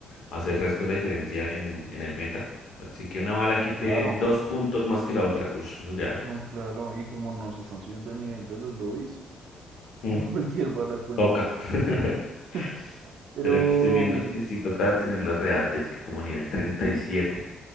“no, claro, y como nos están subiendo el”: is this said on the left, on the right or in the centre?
Right